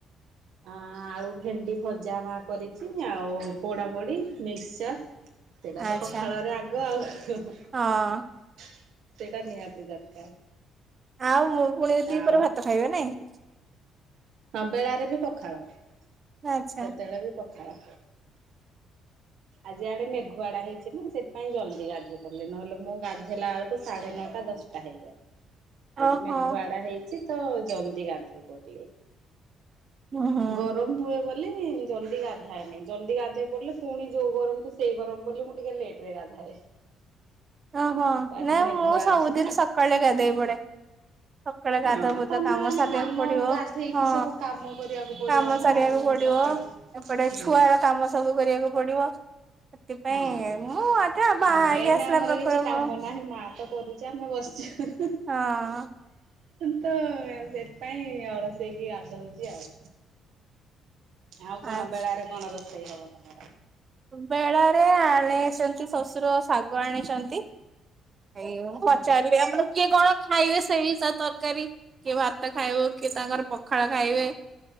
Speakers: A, on the right; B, on the right.
A: ଅ ଆଳୁ ଭେଣ୍ଡି ଭଜା ମା କରିଛି ଆଉ ପୋଡାପୋଡି, ମିକ୍ସଚର ସେଇଟା ତ
B: ଆଚ୍ଛା
A: ପଖାଳରେ ଆଗ। ଆଉ ସେଇଟା
B: ହଁ।
A: ନିହାତି ଦରକାର
B: ଆଉ ମୁଁ ପୁଣି ଦି
A: ଆଉ
B: ପରେ ଭାତ ଖାଇବ ନାଇଁ।
A: ହଁ ବେଳାରେ ବି ପଖାଳ ସେତେବେଳେ
B: ଆଚ୍ଛା
A: ବି ପଖାଳ ଆଜି ଆଡେ ମେଘୁଆଡା ହେଇଛି ନା ସେଥିାଇଁ ଜଲ୍ଦି ଗାଧେଇ ପାରିଲି ନହେଲେ ମୁଁ ଗାଧେଇଲା ବେଳକୁ ସାଢେ ନଅଟା ଦଶଟା ହେଇଯାଏ ଆଜି
B: ଓହୋ।
A: ମେଘୁଆଡା ହେଇଛି ତ ଜଲ୍ଦି ଗାଧେଇ ପଡିଲି।
B: ହୁଁ ହୁଁ
A: ଗରମ ହୁଏ ବୋଲି ଜଲଦି ଗାଧାଏନି ଜଲଦି ଗାଧୋଇ ପଡ଼ିଲେ ପୁଣି ଯୋଉ ଗରମକୁ ସେଇ ଗରମ ପଡିଲ ମୁଁ ଟିକେ ଲେଟ ରେ ଗାଧାଏ
B: ଓହୋ,
A: ତ ଆଜି
B: ନାଇଁ
A: ମେଘୁଆ
B: ମୁଁ ସବୁଦିନ
A: ଅଛି ନା।
B: ସକାଳେଳେ ଗାଧେଇ ପଡେ। ସକାଳେ ଗାଧ
A: ହଁ
B: ବୁଧ
A: ତମେ
B: କାମ
A: ମାନେ
B: ସିବାକୁ
A: କାମ
B: ପଡିବ।
A: ଗାଧେଇକି
B: ହଁ
A: ସବୁ କାମ କରିବାକୁ ପଡିବ
B: କାମ
A: ନା
B: ସରିବାକୁ
A: ଆଉ
B: ପଡିବ
A: ସକାଳୁ।
B: ଏପଟେ
A: ହୁଁ।
B: ଛୁଆର କାମ ସବୁ କରିବାକୁ ପଡିବ ସେଥିପାଇଁ
A: ହଁ।
B: ମୁଁ ଆଛା ବାହାରିକି
A: ଆମେ ଏଇନା
B: ଆସିଲା
A: ଆମର
B: ପାଖରୁ
A: କିଛି କାମ
B: ହଁ।
A: ନାହିଁ ମାଆ ତ କରୁଛ ଆମେ ବସିଛୁ।
B: ହଁ
A: ତ ସେଥିପାଇଁ ଅଳସେଇକି ଗାଧଉଛି ଆଉ। ଆଉ କଣ
B: ଆଚ୍ଛା
A: ବେଳାରେ କଣ ରୋଷେଇ ହବ ତମର।
B: ବେଳାରେ ଆଣିଛନ୍ତି ଶ୍ୱଶୁର ଶାଗ ଆଣିଛନ୍ତି ଏଇଁ ପଚାରିଲି
A: ହୁଁ
B: <unintelligible> ଆପଣ କିଏ କଣ ଖାଇବେ ସେଇ ହିସ ତରକାରୀ କିଏ ଭାତ ଖାଇବ କିଏ ତାଙ୍କର ପଖାଳ ଖାଇବେ।